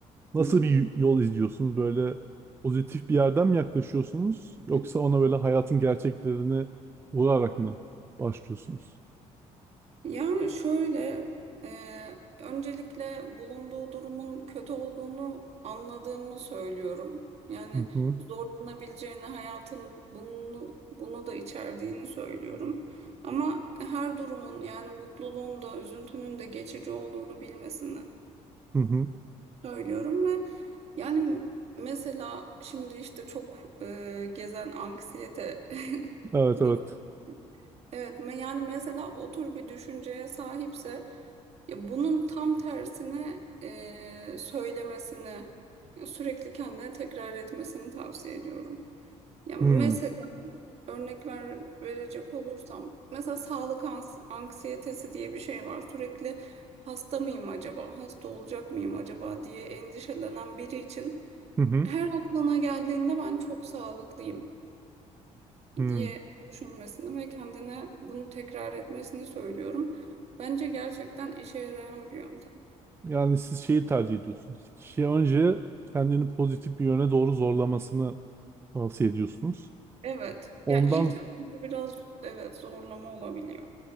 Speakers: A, on the right (about 20°); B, on the right (about 50°).
A: nasıl
B: hı hı,
A: bir yol izliyorsunuz? Böyle pozitif bir yerden mi yaklaşıyorsunuz? Yoksa
B: hı
A: ona böyle hayatın gerçeklerini vurarak mı başlıyorsunuz?
B: Yani şöyle, e, öncelikle bulunduğu durumun kötü olduğunu anladığımı söylüyorum. Yani
A: Hı hı.
B: zorlanabileceğini, hayatın bunu bunu da içerdiğini söylüyorum. Ama her durumun yani mutluluğun da üzüntünün de geçici olduğunu bilmesini
A: Hı hı.
B: söylüyorum ve yani mesela şimdi işte çok e, gezen anksiyete
A: Evet
B: <laughs>
A: evet.
B: Evet, me- yani mesela o tür bir düşünceye sahipse ya bunun tam tersini e, söylemesini ya sürekli kendine tekrar etmesini tavsiye ediyorum. Ya mesela
A: Hmm.
B: örnek ver, verecek olursam mesela sağlık ans- anksiyetesi diye bir şey var. Sürekli hasta mıyım acaba, hasta olacak mıyım acaba diye endişelenen biri için
A: Hı hı.
B: her aklına geldiğinde ben çok sağlıklıyım
A: Hmm.
B: diye düşünmesini ve kendine bunu tekrar etmesini söylüyorum. Bence gerçekten işe yarayan bir yöntem.
A: Yani siz şeyi tercih ediyorsunuz. Kişi önce kendini pozitif bir yöne doğru zorlamasını tavsiye ediyorsunuz.
B: Evet.
A: Ondan
B: Ya ilk etapta biraz evet zorlama olabiliyor.